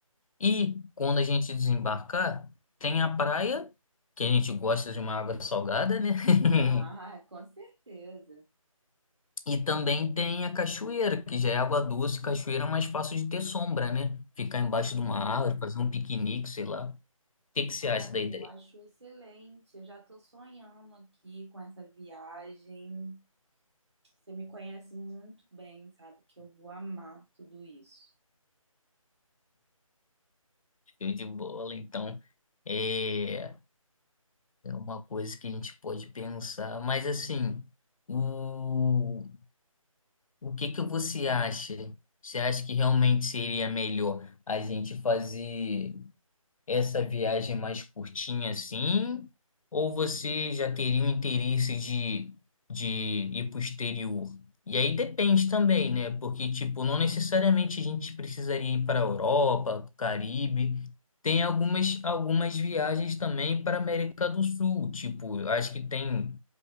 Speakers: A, on the left (about 70°); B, on the right (about 50°).
A: E quando a gente desembarcar, tem a praia, que a gente gosta de uma água salgada, né? <laughs>
B: Ah, <laughs> com certeza.
A: E também tem a cachoeira, que já é água doce. Cachoeira é mais fácil de ter sombra, né? Ficar embaixo
B: Sim.
A: de uma árvore, fazer um piquenique, sei lá. O que que você
B: Ai,
A: acha da ideia?
B: eu acho excelente. Eu já estou sonhando aqui com essa viagem. Você me conhece muito bem, sabe que eu vou amar tudo isso.
A: Show de bola, então. É, é uma coisa que a gente pode pensar. Mas assim, o, o que que você acha? Você acha que realmente seria melhor a gente fazer. essa viagem mais curtinha assim? Ou você já teria o interesse de, de ir para o exterior? E aí depende também, né? Porque, tipo, não necessariamente a gente precisaria ir para a Europa, para o Caribe. Tem algumas, algumas viagens também para a América do Sul. Tipo, eu acho que tem